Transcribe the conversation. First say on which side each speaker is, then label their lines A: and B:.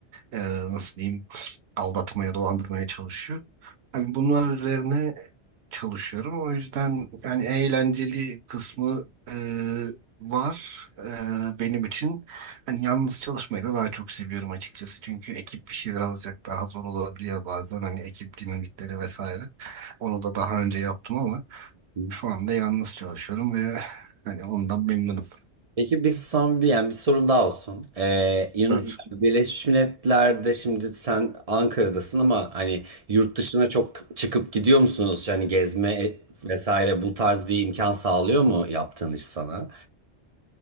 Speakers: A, on the right; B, on the right.
A: eee, nasıl diyeyim aldatmaya, dolandırmaya çalışıyor. Hani bunlar üzerine çalışıyorum. O yüzden yani eğlenceli kısmı e, var e, benim için. Hani yalnız çalışmayı da daha çok seviyorum açıkçası. Çünkü ekip bir şey birazcık daha zor olabiliyor bazen. Hani ekip dinamikleri vesaire. Onu da daha önce yaptım ama
B: Hı.
A: şu anda yalnız çalışıyorum ve <laughs> hani ondan memnunum.
B: Peki biz son bir, yani bir sorum daha olsun. Ee, Yun-
A: Tabii.
B: Birleşmiş Milletler'de şimdi sen Ankara'dasın ama hani yurt dışına çok çıkıp gidiyor musunuz? Hani gezme e, vesaire bu tarz bir imkan sağlıyor mu yaptığın iş sana?